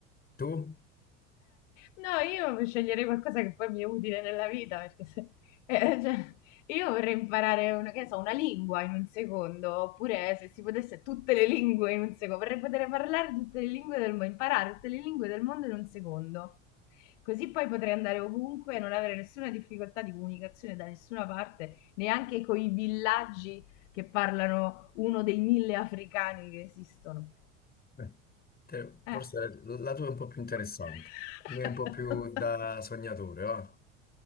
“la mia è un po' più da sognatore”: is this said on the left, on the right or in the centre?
Left